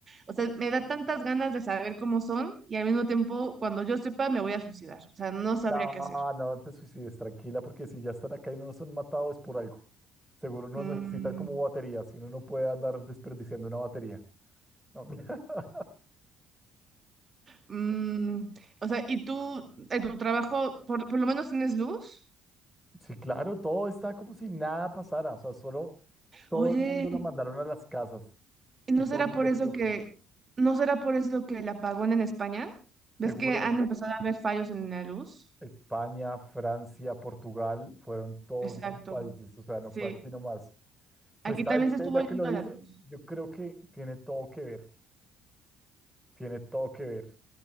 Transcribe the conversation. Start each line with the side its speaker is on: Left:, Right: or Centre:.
Right: o sea, me da tantas ganas de saber cómo son y al mismo tiempo, cuando yo sepa, me voy a suicidar, o sea, no sabría
Centre: no,
Right: qué hacer.
Centre: no te suicides, tranquila, porque si ya están acá y no nos han matado es por algo. Seguro nos
Right: Mm.
Centre: necesitan como batería, si uno no puede andar desperdiciando una batería. No, mira. <laughs>
Right: Mm, o sea, ¿y tú en tu trabajo por, por lo menos tienes luz?
Centre: sí, claro, todo está como si nada pasara, o sea, solo todo
Right: Oye,
Centre: el mundo lo mandaron a las casas
Right: ¿y ¿no
Centre: y todo
Right: será
Centre: el mundo
Right: por eso
Centre: quieto,
Right: que, no será por eso que el apagón en España? ¿Ves
Centre: seguro.
Right: que han empezado a haber fallos en la luz?
Centre: España, Francia, Portugal, fueron todos
Right: Exacto.
Centre: esos países, o sea, no
Right: Sí,
Centre: fue aquí nomás. Pues,
Right: aquí
Centre: ¿sabes
Right: también se
Centre: qué?
Right: estuvo
Centre: Ya
Right: yendo
Centre: que lo dices,
Right: la luz.
Centre: yo creo que tiene todo que ver, tiene todo que ver.